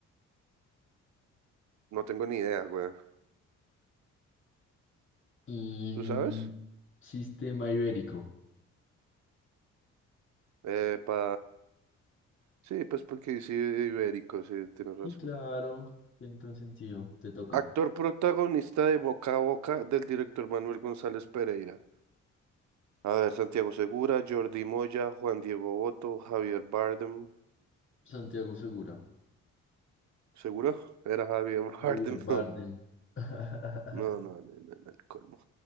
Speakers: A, on the right (about 65°); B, on the left (about 40°).
A: No tengo ni idea, weón.
B: Mm,
A: ¿Tú sabes?
B: Sistema Ibérico.
A: Eh, pa... Sí, pues porque dice ibérico, sí, tienes razón.
B: Sí, claro, tiene todo el sentido. Te toca.
A: Actor protagonista de Boca a Boca del director Manuel González Pereira. A ver, Santiago Segura, Jordi Moya, Juan Diego Boto, Javier Bardem.
B: Santiago Segura,
A: ¿Seguro? Era Javier <laughs>
B: Javier
A: Bardem.
B: Bardem.
A: No,
B: <laughs>
A: no, no, no, no, no, el colmo.